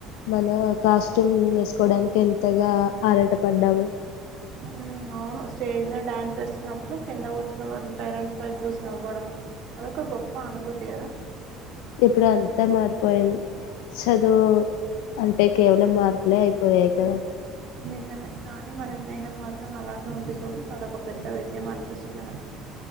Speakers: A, on the left; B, on the right.
A: మన కాస్ట్యూమ్ వేసుకోడానికి ఎంతగా ఆరాట పడ్డాము
B: హ్మ్ అవును స్టేజ్ మీద డ్యాన్స్ వేస్తున్నప్పుడు కింద కూర్చున్న పేరెంట్స్ వైపు చూసినవ్వడం అదొక గొప్ప అనుభూతి కదా
A: ఇప్పుడు అంతా మారిపోయింది చదువు అంటే కేవలం మార్కులే అయిపోయాయి కదా
B: నిజమే కానీ మన స్నేహం మాత్రం అలాగే ఉంది చూడు అదొక పెద్ద విజయం అనిపిస్తుంది నాకు